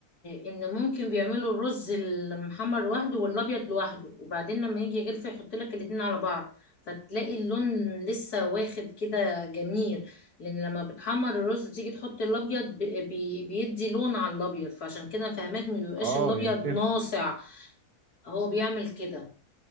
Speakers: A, on the left; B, on the right.
A: ان ممكن بيعملوا الرز المحمر لوحده والابيض لوحده وبعدين لما يجي يغلف يحط لك الاتنين على بعض فتلاقي اللون لسه واخد كده جميل لان لما بتحمر الرز وتيجي تحط الابيض بي بي- بيدي لون على الابيض فعشان كده فهماك ما بيبقاش
B: اه
A: الابيض
B: هي بتفرق
A: ناصع هو بيعمل كده